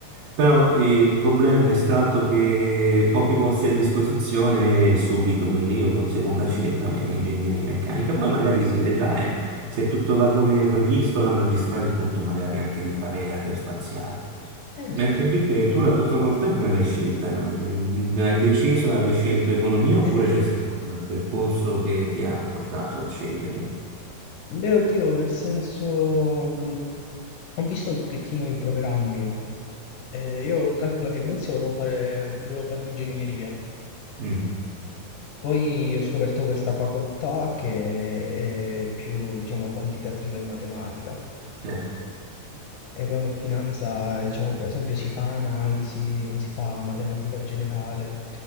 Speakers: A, on the right (about 70°); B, on the left (about 85°).
A: Però eh, il problema è stato che pochi posti a disposizione subito, quindi io seconda scelta, me- ingegneria meccanica. Poi magari si vedrà, eh, se tutto va come previsto, la magistrale conto magari anche di fare aerospaziale.
B: Eh
A: Mentre
B: sì,
A: invece
B: sì, sì.
A: tu la tua facoltà come l'hai scelta? Mm, Hai deciso, hai scelto economia oppure
B: Eh,
A: c'è stato un percorso che ti ha portato a sceglierla?
B: beh, oddio, nel senso, mh, ho visto un pochettino i programmi. Eh, io calcolo che all'inizio volevo fare, volevo fare ingegneria,
A: Mm,
B: poi ho scoperto questa facoltà che è più, diciamo, quantitativa e matematica
A: certo,
B: Economia E come in finanza, diciamo, per esempio, si fa analisi, non si fa matematica generale.